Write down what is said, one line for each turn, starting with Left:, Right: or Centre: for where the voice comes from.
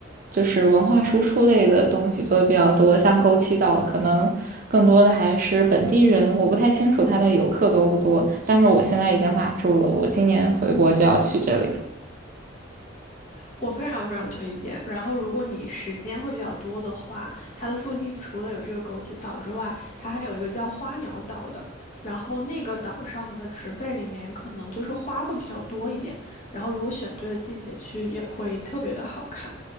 Right: 就是文化输出类的东西做的比较多。像枸杞岛，可能更多的还是本地人，我不太清楚它的游客多不多，但是我现在已经码住了，我今年回国就要去这里。
Left: 我非常非常推荐。然后，如果你时间会比较多的话，它的附近除了有这个枸杞岛之外，它还有一个叫花鸟岛的。然后那个岛上的植被里面可能就是花会比较多一点，然后如果选对了季节去，也会特别的好看。